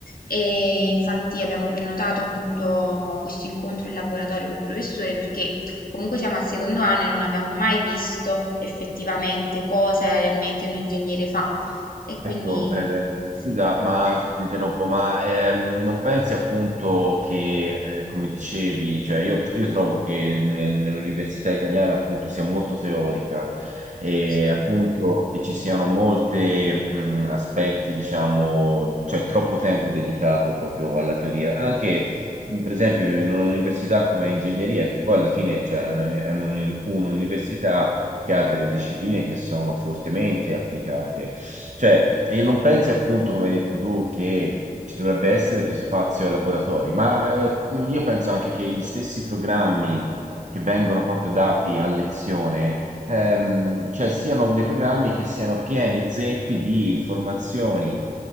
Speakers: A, on the left (about 80°); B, on the right (about 55°).
A: e infatti abbiamo prenotato appunto questo incontro in laboratorio col professore perché Comunque siamo al secondo anno e non abbiamo mai visto effettivamente cosa realmente un ingegnere fa. E quindi
B: Ecco, eh,
A: sì,
B: scusa, ma se ti interrompo, ma ehm, non pensi appunto che, eh, come dicevi, cioè io, tr- io trovo che nel- nell'università italiana appunto sia molto teorica e
A: sì,
B: appunto che ci siano molti aspetti, diciamo, cioè troppo tempo dedicato proprio alla teoria, anche mh, per esempio in un'università come ingegneria, che poi alla fine cioè, è un'uni- è un'uni- un'università che ha delle discipline che sono fortemente applicate. Cioè, e non pensi appunto, come hai detto tu, che ci dovrebbe essere più spazio ai laboratori, ma eh, io penso anche che gli stessi programmi che vengono proprio dati a lezione, ehm, cioè siano dei programmi che siano pieni zeppi di informazioni